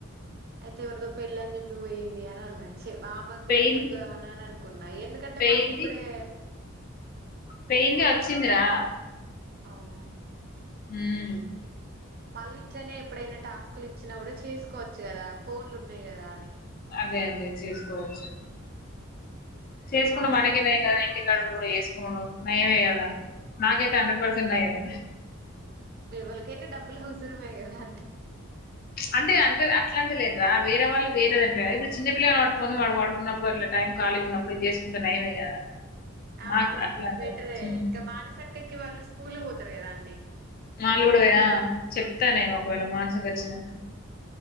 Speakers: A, on the right; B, on the left.
A: అయితేవరిదో పెళ్లి అని చెప్ దు పోయింది అని అన్నది చె మా అమ్మకు
B: పెయిన్
A: కూడా చెప్పుదామని అని అనుకు ఎందుకంటే
B: పెయింది
A: మళ్ళీ ఇప్పుడే
B: పెయింది వచ్చింది రా
A: అవునా
B: ఉం
A: మళ్ళీ ఇట్లనే ఎప్పుడైనా టాస్క్లు ఇచ్చినా కూడా చేసుకోవచ్చు కదా ఫోన్లు ఉన్నాయి కదా అని
B: అదే అదే చేసుకోవచ్చు చేసుకుండు
A: మనస
B: మనకె నయం కదర ఇంటికాదుండి కూడా చేసుకునుడు నయమే కదా నాకైతే హండ్రెడ్ పర్సెంట్ నయమే
A: ఎవలకైనా డబ్బులు అవసరమే కదా
B: అంటే అంటే అట్లాంటలేను రా వేరే వాళ్ళు వేరే అంటర ఇప్పుడు చిన్న పల్లని పట్టుకొని వాడు పడుకున్నప్పుడు అట్లా టైం ఖాలిగా ఉన్నప్పుడు చేసుకుంటే నయమే కదా
A: ఆ
B: నాకు అట్లా అంటారు
A: బెటరే
B: ఉమ్.
A: ఇంకా మానసక అక్కక్కి వాళ్ళు స్కూల్ కి పోతారు కదా అంటీ
B: వాళ్ళు గుడ పోయినా ఆ చెప్తాను నేను ఒకవేళ మానసకి వచ్చినంక